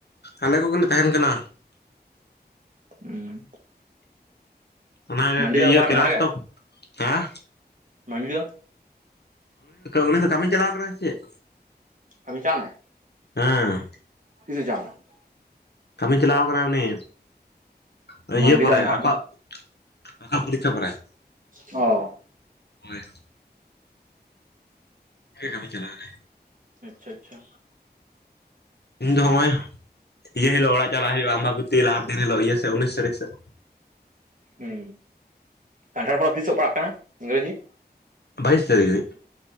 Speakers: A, on the left (about 70°); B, on the right (about 50°).
A: ᱟᱞᱮ ᱠᱚᱜᱮᱞᱮ ᱛᱟᱦᱮᱱ ᱠᱟᱱᱟ ᱾
B: ᱩᱸᱻ
A: ᱚᱱᱟ ᱜᱮ
B: ᱫᱚ ᱚᱠᱟᱨᱮ
A: ᱤᱭᱟᱹ
B: ᱢᱮᱱᱟᱭᱟ
A: ᱠᱮᱞᱟᱥ ᱫᱚ ᱦᱮᱸ?
B: ᱢᱟᱜᱤᱭᱟ
A: ᱩᱱᱤ ᱫᱚ ᱠᱟᱹᱢᱤ ᱪᱟᱞᱟᱣ ᱠᱟᱱᱟᱭ ᱥᱮ ᱪᱮᱫ?
B: ᱠᱟᱹᱢᱤ ᱪᱟᱣ ᱱᱟᱭ?
A: ᱦᱮᱸ
B: <unintelligible>
A: ᱠᱟᱹᱢᱤ ᱪᱟᱞᱟᱣ ᱠᱟᱱᱟᱭ ᱩᱱᱤ, ᱛᱟᱹᱤᱭᱟᱹ
B: ᱢᱟᱱᱰᱤ
A: ᱯᱚᱨᱮ
B: ᱫᱟ ᱱᱟᱦᱟᱜ
A: ᱟᱠᱚᱣᱟᱜᱼᱼ ᱯᱷᱟ ᱯᱚᱨᱤᱠᱠᱷᱷᱟᱯ <unintelligible>
B: ᱚ
A: ᱦᱳᱭ <unintelligible> ᱜᱮ ᱠᱟᱹᱢᱤ ᱪᱟᱞᱟᱣᱱᱟ
B: ᱟᱪᱪᱷᱟ, ᱟᱪᱪᱷᱟ,
A: ᱤᱧ ᱫᱚ ᱦᱚᱜᱼᱚᱭ ᱤᱭᱟᱹ ᱦᱤᱞᱳᱜ ᱚᱲᱟᱜ ᱪᱟᱞᱟᱜ ᱦᱩᱭᱩᱜᱼᱟ ᱟᱢᱵᱟᱵᱚᱛᱤ ᱞᱟᱦᱟ ᱫᱤᱱ ᱦᱤᱞᱳᱜ ᱤᱭᱟᱹ ᱥᱮ ᱩᱱᱤᱥ ᱛᱟᱹᱨᱤᱠᱷ ᱥᱮᱫ ᱾
B: ᱦᱩᱸ ᱠᱟᱱᱴᱷᱟᱲ ᱯᱚᱨᱚᱵᱽ ᱛᱤᱥᱚᱜ ᱯᱟᱲᱟᱜ ᱠᱟᱱᱟ ᱤᱝᱨᱮᱡᱤ ᱾
A: ᱵᱟᱭᱥᱛᱤᱼᱼ